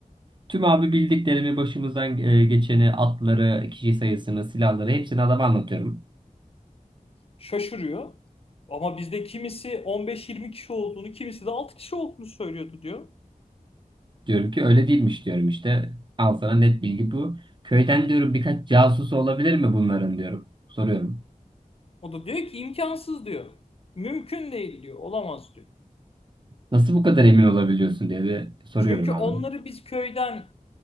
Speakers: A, on the right; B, on the left.
A: Tüm abi bildiklerimi başımızdan e, geçeni, atları, kişi sayısını, silahları hepsini adama anlatıyorum.
B: Şaşırıyor. Ama bizde kimisi 15-20 kişi olduğunu, kimisi de 6 kişi olduğunu söylüyordu diyor.
A: Diyorum ki öyle değilmiş diyorum işte. Al sana net bilgi bu. Köyden diyorum birkaç casusu olabilir mi bunların diyorum. Soruyorum.
B: O da diyor ki imkansız diyor. Mümkün değil diyor. Olamaz diyor.
A: Nasıl bu kadar emin olabiliyorsun diye de soruyorum
B: Çünkü
A: abi.
B: onları biz köyden